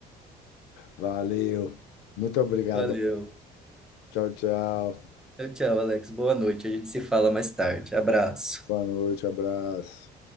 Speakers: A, on the left (about 90°); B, in the centre.
A: Valeu. Muito obrigado.
B: Valeu.
A: Tchau, tchau.
B: Tchau, tchau, Alex. Boa noite. A gente se fala mais tarde. Abraço.
A: Boa noite, abraço.